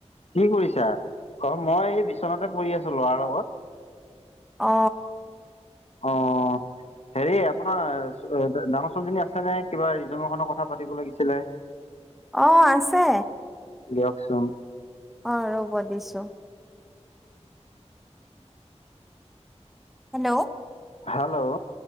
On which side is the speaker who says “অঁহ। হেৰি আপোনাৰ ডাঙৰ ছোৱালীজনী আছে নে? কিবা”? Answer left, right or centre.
Left